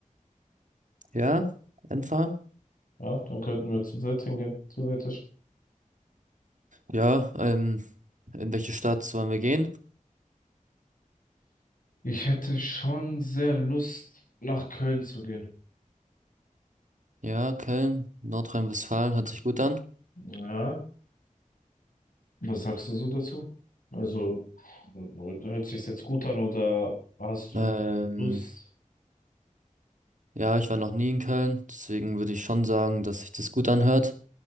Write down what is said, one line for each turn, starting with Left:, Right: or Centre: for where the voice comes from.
Right: Ja, einfach.
Left: Ja, dann könnten wir zu dritt hingehen, theoretisch.
Right: Ja, ähm, in welche Stadt sollen wir gehen?
Left: Ich hätte schon sehr Lust, nach Köln zu gehen.
Right: Ja, Köln, Nordrhein-Westfalen, hört sich gut an.
Left: Ja, was sagst du so dazu? Also, hört sich jetzt gut an oder hast du
Right: Ähm,
Left: Lust?
Right: ja, ich war noch nie in Köln, deswegen würde ich schon sagen, dass sich das gut anhört.